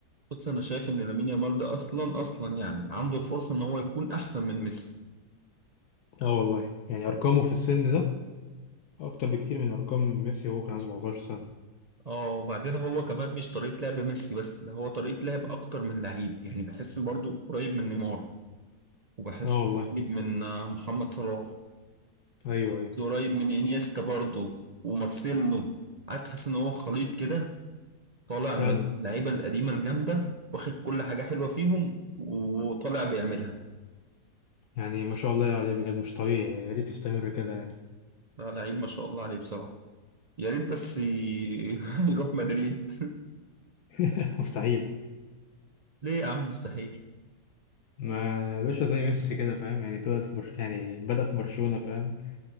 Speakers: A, on the right; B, on the left.
A: بص انا شايف ان لامين يامال ده اصلا اصلا يعني عنده الفرصه ان هو يكون احسن من ميسي
B: اه والله يعني ارقامه في السن ده اكتر بكتير من ارقام ميسي وهو كان عنده 17 سنه
A: اه وبعدين هو كمان مش طريقه لعب ميسي بس ده هو طريقه لعب اكتر من لعيب يعني بحسه برضو قريب من نيمار وبحس
B: اه والله
A: قريب من آه، محمد صلاح
B: ايوه ايوه
A: قريب من انيستا برضو ومارسيلو عايز تحس ان هو خليط كده طالع
B: فعلا
A: من اللعيبه القديمه الجامده واخد كل حاجه حلوه فيهم وطالع بيعملها
B: يعني ما شاء الله عليه بجد مش طبيعي يا ريت يستمر كده يعني
A: ده لعيب ما شاء الله عليه بصراحه يا ريت بس ي- <laughs> يروح مدريد
B: <laughs> مستحيل
A: ليه يا عم مستحيل
B: ما باشا زي ميسي كده فاهم يعني طلع في برش... يعني بدأ في برشلونة فاهم